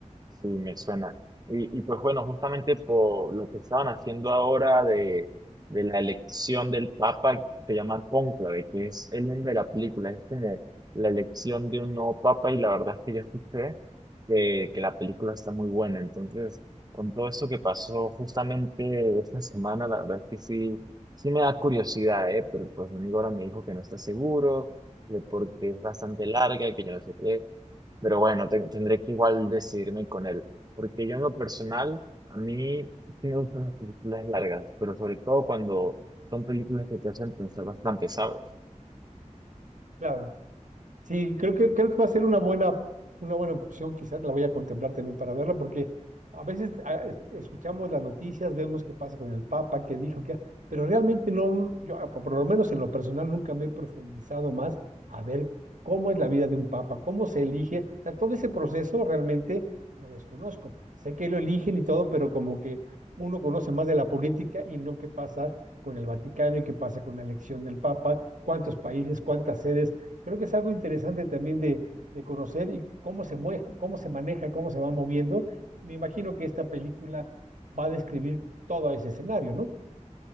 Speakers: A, on the right; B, on the right.
A: Sí, me suena. Y, y pues bueno, justamente por lo que estaban haciendo ahora de, de la elección del Papa, se llama Cónclave, que es el nombre de la película, es como la elección de un nuevo Papa y la verdad es que yo escuché que, que la película está muy buena. Entonces, con todo esto que pasó justamente esta semana, la verdad es que sí, sí me da curiosidad, ¿eh? Pero pues mi amigo ahora me dijo que no está seguro, que porque es bastante larga, que yo no sé qué. Pero bueno, te- tendré que igual decidirme con él. Porque yo en lo personal, a mí sí me gustan las películas largas, pero sobre todo cuando son películas que te hacen pensar bastante, ¿sabes?
B: Claro. Sí, creo que, creo que va a ser una buena, una buena opción, quizás la voy a contemplar también para verla, porque a veces ah, es- escuchamos las noticias, vemos qué pasa con el Papa, qué dijo, qué, pero realmente no, yo ah, por lo menos en lo personal nunca me he profundizado más a ver cómo es la vida de un Papa, cómo se elige, o sea, todo ese proceso realmente lo desconozco. Sé que lo eligen y todo, pero como que uno conoce más de la política y no qué pasa con el Vaticano y qué pasa con la elección del Papa, cuántos países, cuántas sedes. Creo que es algo interesante también de, de conocer y cómo se mueve, cómo se maneja, cómo se va moviendo. Me imagino que esta película va a describir todo ese escenario, ¿no?